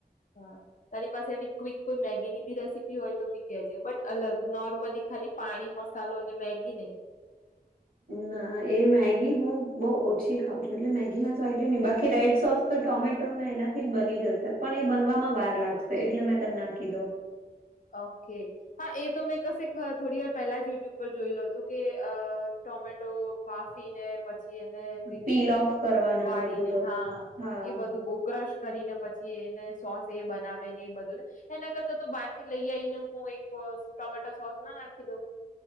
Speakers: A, on the left; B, on the right.
A: હા તારી પાસે આવી ક્વિક કોઈ મેગીની બી રેસીપી હોય તો બી કેજે બટ અલગ નોર્મલી ખાલી પાણી, મસાલો ને મેગી નય
B: ના એ મેગી હું બઉ ઓછી ખાઉં છું. એટલે મેગીમાં તો આઇડિયા નહી બાકી રેડ સોસ તો ટોમેટોને એનાથી જ બની જશે. પણ એ બનવામાં વાર લાગશે એટલે મેં તન ના કીધું.
A: ઓકે હા એ તો, મેં કશેક થોડીવાર પહેલા જ યુટ્યુબ જોયલ હતું કે અ ટોમેટો બાફીને પછી એને કંઈક
B: પીલ ઓફ કરવાના
A: ઉબાડીને
B: ને બધું કરવાનું
A: હા
B: હા
A: એ બધું બોવ ક્રશ કરીને પછી, એને સોસ એ બનાવે. ને એ બધુંને એના કરતા તો બાર થી લઈ આયને હું એક ટોમેટો સોસ ના નાખી દઉં!